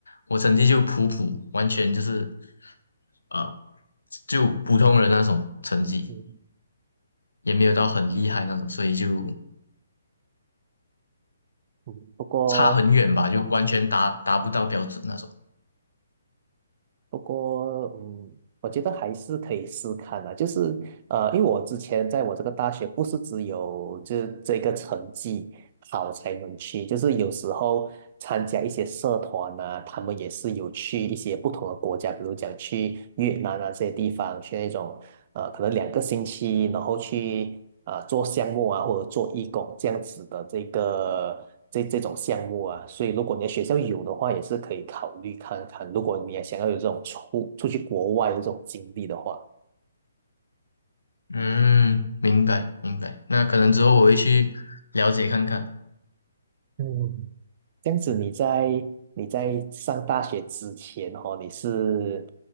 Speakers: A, on the left (about 80°); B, on the right (about 40°).
A: 我成绩就普普，完全就是呃，就普通人那种成绩，
B: 嗯
A: 也没有到很厉害那种，所以就
B: 嗯，不过
A: 差很远吧，就完全达达不到标准那种。
B: 不过嗯，我觉得还是可以试看的，就是呃，因为我之前在我这个大学不是只有这这个成绩好才能去，就是有时候参加一些社团呐、他们也是有去一些不同的国家，比如讲去越南啊这些地方，去那种呃可能两个星期，然后去啊做项目啊或者做义工这样子的这个这这种项目啊，所以如果你的学校有的话，也是可以考虑看看，如果你也想要有这种出出去国外的这种经历的话。
A: 嗯，明白明白。那可能之后我会去了解看看。
B: 嗯，这样子你在你在上大学之前哦，你是